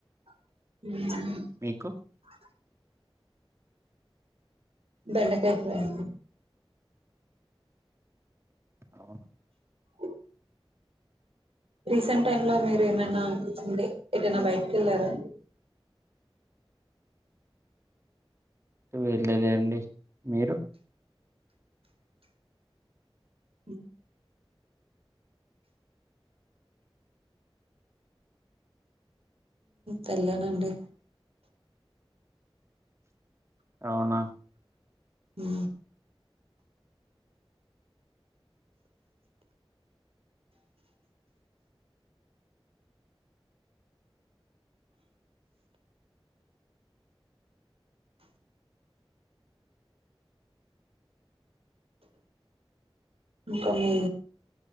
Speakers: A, on the right; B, on the right.
A: <inaudible>
B: మీకు
A: బెండకాయ ఫ్రేయ్
B: అవునా
A: ఓ రీసెంట్ టైమ్ లో మీరు ఏమైనాంటే ఏదైనా బైటికేళ్లారా
B: టు వెళ్ళలే అండి మీరు
A: ఉ వేళ్లనండి
B: అవునా
A: హు కామి